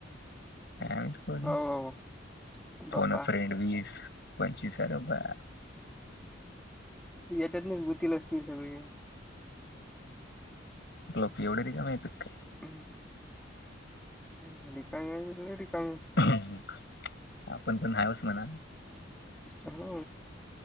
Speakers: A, on the left; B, in the centre.
A: णी
B: हो हो बाप्पा
A: पन फ्रेंड वीस पंचवीस अरबा
B: त याच्यातनेच गुतीील असतील सगळे.
A: लोक एवढे र का मा त काय?
B: ह. इक जि इ का?
A: आपण पण न्हाय होच म्हणा
B: हो.